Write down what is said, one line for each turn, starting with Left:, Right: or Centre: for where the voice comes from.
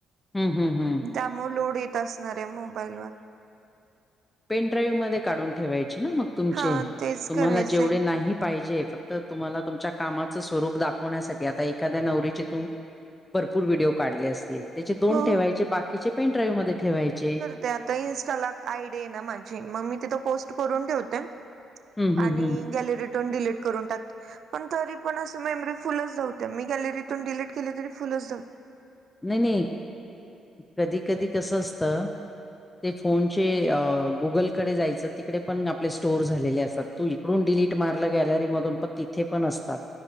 Left: हूं हूं हूं
Right: त्यामुळं लोड येत असणार ये मोबाईलवर
Left: पेन ड्राईव्ह मध्ये काढून ठेवायचे ना मग तुमचे
Right: हा तेच
Left: तुम्हाला
Right: करायचंय
Left: जेवढे नाही पाहिजे फक् तर तुम्हाला तुमच्या कामाचं स्वरूप दाखवण्यासाठी आता एखाद्या नवरीचे तू भरपूर व्हिडिओ काढले असतील त्याचे दोन
Right: हो
Left: ठेवायचे बाकीचे पेन ड्राईव्ह मध्ये ठेवायचे.
Right: ते आता इन्स्टाला आयडी ये ना माझी म मी तिथ पोस्ट करून ठेवते.
Left: हम्म हम्म
Right: आणि
Left: हम्म
Right: गॅलरीतून डिलीट करून टाक पण तरी पण अस मेमरी फुलच दावते. मी गॅलरीतून डिलीट केली तरी फुलच दाव
Left: नय नय कधी कधी कसं असत ते फोनचे अ गुगलकडे जायचं. तिकडे पण आपले स्टोअर झालेले असतात. तू इकडून डिलीट मारलं गॅलरी मधून पण तिथे पण असतात.